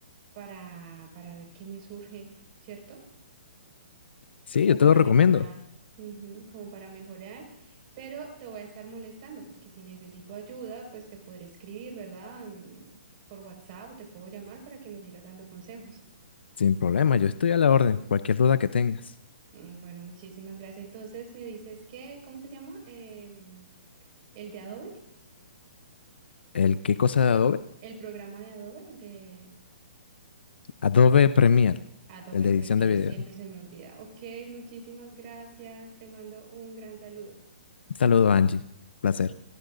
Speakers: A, on the right (about 40°); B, on the left (about 75°).
A: para, para ver qué me surge, ¿cierto?
B: Sí,
A: como
B: yo
A: para
B: te lo recomiendo,
A: mejorar, ujú, como para mejorar, pero te voy a estar molestando porque si necesito ayuda, pues te podré escribir, ¿verdad? En- Por WhatsApp o te puedo llamar para que me sigas dando consejos.
B: sin problema, yo estoy a la orden, cualquier duda que tengas.
A: Mm, Bueno, muchísimas gracias. Entonces me dices que, ¿cómo se llama? Em, el de Adobe,
B: ¿El qué cosa de Adobe?
A: el programa de Adobe, de
B: Adobe Premiere,
A: Adobe
B: el de
A: Premiere,
B: edición de video.
A: siempre se me olvida. Ok, muchísimas gracias. Te mando un gran saludo.
B: Un saludo, Angie. Placer.